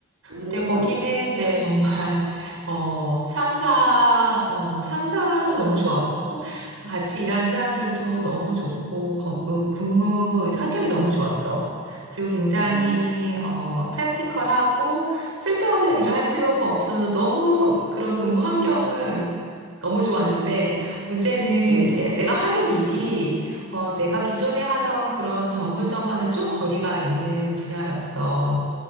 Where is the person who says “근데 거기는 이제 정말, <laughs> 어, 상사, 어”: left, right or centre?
Right